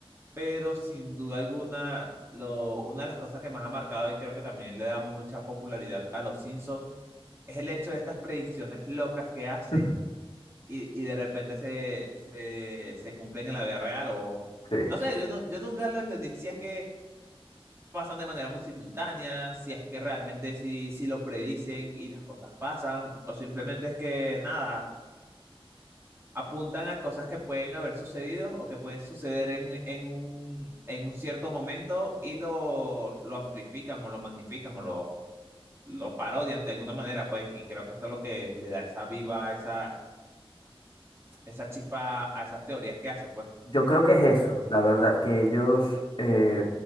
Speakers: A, on the right; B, on the left.
A: pero sin duda alguna, lo, una de las cosas que más ha marcado y creo que también le da mucha popularidad a los Simpsons es el hecho de estas predicciones locas que hacen
B: Ujú,
A: y, y de repente se, se, se cumplen en la vida real o
B: Sí.
A: no sé, yo, no- yo nunca lo entendí si es que pasan de manera muy simultánea, si es que realmente sí, sí lo predicen y las cosas pasan, o simplemente es que nada, apuntan a cosas que pueden haber sucedido o que pueden suceder en, en un, en un cierto momento y lo, lo amplifican o lo magnifican o lo, lo parodian de alguna manera, pues, y creo que esto es lo que le da esa viva, esa, esa chispa a esas teorías que hacen, pues.
B: Yo creo que es eso, la verdad, que ellos, eh,